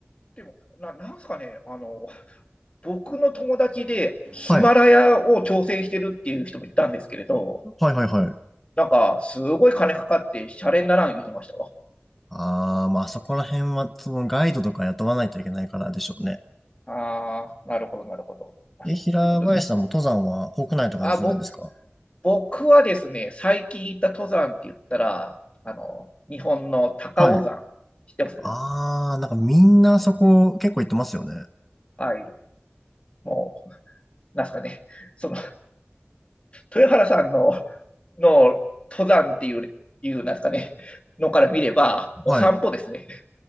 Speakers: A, on the left; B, in the centre.
A: でもな、なんすかね、あの、僕の友達でヒマラヤを挑戦してるっていう人もいたんですけれど、
B: はい。はいはいはい。
A: なんか、すごい金かかって、シャレにならん言ってましたわ。
B: あー、まあそこら辺は、そのガイドとか雇わないといけないからでしょうね。
A: あー、なるほど、なるほど。あ、
B: え、
A: そう、
B: 平林さんも登山は国内とかでするんですか
A: そういうことですか。あ、ぼ、僕はですね、最近行った登山って言ったら、あの、日本の高尾山、
B: はい。
A: 知ってます
B: あー、なんかみんなそこ結構行ってますよね。
A: はい。もう、なんすかね、その、豊原さんのの登山っていう、いうなんですかね、のから見れば、お散歩ですね。
B: はい。